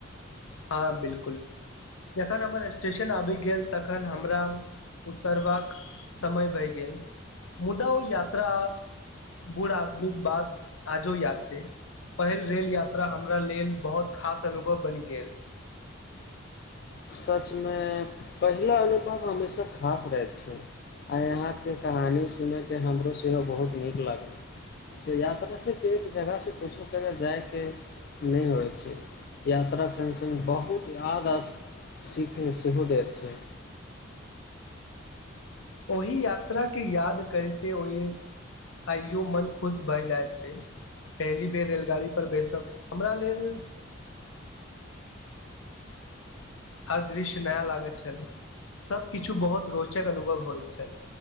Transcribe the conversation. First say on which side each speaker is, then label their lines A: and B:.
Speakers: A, on the left; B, on the left.
A: हँ बिलकुल जखन हमर स्टेशन आबि गेल तखन हमरा उतरबाक समय भए गेल मुदा ओ यात्रा बूढ़ आदमीके बात आजो याद छै पहिल रेल यात्रा हमरा लेल बहुत खास अनुभव बनि गेल
B: सचमे पहिला अनुभव हमेशा खास रहैत छै आय अहाँके कहानी सुनयके हमरो सेहो बहुत नीक लागल से यात्रा सिर्फ एक जगहसे दोसर जगह जायके नहि होइत छै यात्रा संग संग बहुत याद आ सीख सेहो देत छै
A: ओही यात्राके याद करिते ओहि आइयो मन खुश भए जाइत छै पहिली बेर रेलगाड़ी पर बैसब हमरा लेल आ दृश्य नया लागैत छल सभकिछु बहुत रोचक अनुभव होइत छल